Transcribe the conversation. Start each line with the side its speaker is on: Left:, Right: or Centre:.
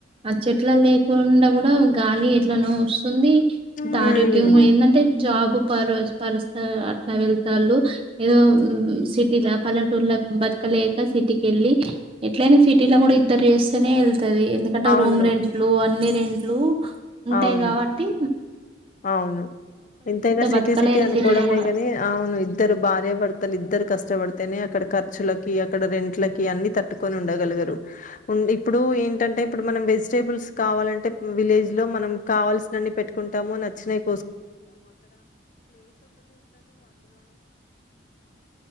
Right: ఆ చెట్ల లేకుండా కూడా గాలి ఎట్లనో వస్తు ంది
Left: హ్మ్
Right: ఆరోగ్యం ఏంటంటే జాబ్ పరస్ పరస్థ అట్లా వెళ్తాళ్ళు ఏదో సిటీల పల్లెటూరులో బ లేక సిటీకి ఎళ్ళి ఎట్లయినా సిటీలో కూడా ఇద్దరు చేస్తేనే ఎల్ ది ఎందుకంటే
Left: అవును.
Right: రూమ్ రెంట్లు అన్ని గంట్లు ఉంటాయి
Left: అవును.
Right: కావట్టి
Left: అవును ఎంతైనా సిటీ
Right: బతకలేరు
Left: సిటీ అనుకోడమేగనీ
Right: సిటీలో గూడా.
Left: అవును ఇద్దరు భార్య భర్తలు ఇద్దరు కష్టపడతనే అది అడ ఖర్చులకి అక్కడ రెంట్లకి అన్నీ తట్టుకని ఉండగలగరు ఉండి ఇప్పుడు ఏంటంటే ఇప్పుడు మన వెజిటబుల్స్ కావాలంటే ఇప్పుడు విలేజ్ లో మనకు కవల్సినన్ని పెట్టుకుంట వ అ కోతులు